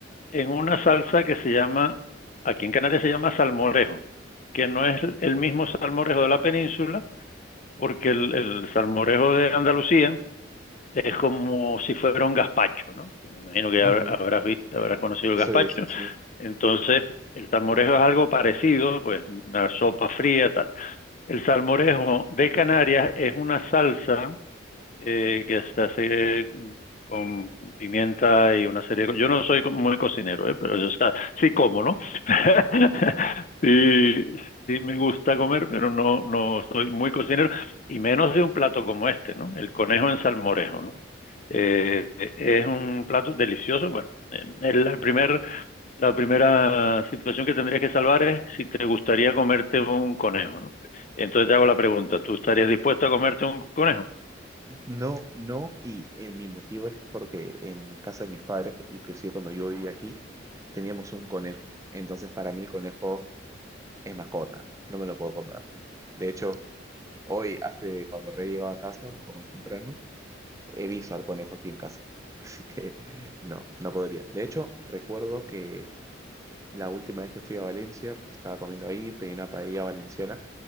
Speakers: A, on the left; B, on the right.
A: en una salsa que se llama, aquí en Canarias se llama salmorejo, que no es el mismo salmorejo de la península, porque el, el salmorejo de Andalucía es como si fuera un gazpacho, ¿no? Me imagino que
B: Ujú.
A: habrás visto, habrás conocido el
B: Sí,
A: gazpacho.
B: sí, sí.
A: Entonces, el salmorejo es algo parecido, pues una sopa fría, tal. El salmorejo de Canarias es una salsa eh, que se hace con pimienta y una serie de cosas. Yo no soy muy cocinero, ¿eh? pero yo, o sea, sí como, ¿no? <laughs> sí, sí me gusta comer, pero no, no soy muy cocinero, y menos de un plato como este, ¿no? El conejo en salmorejo, ¿no? Eh, es un plato delicioso. Bueno, es el primer la primera situación que tendrías que salvar es si te gustaría comerte un conejo, ¿no? Entonces te hago la pregunta, ¿tú estarías dispuesto a comerte un conejo?
B: No, no, y eh, mi motivo es porque en casa de mis padres, inclusive cuando yo vivía aquí, teníamos un conejo. Entonces para mí el conejo es mascota, no me lo puedo comer. De hecho, hoy, hace cuando Rey llegó a casa, un poco más temprano, he visto al conejo aquí en casa. <laughs> Así que no, no podría. De hecho, recuerdo que la última vez que fui a Valencia, pues, estaba comiendo ahí, pedí una paella valenciana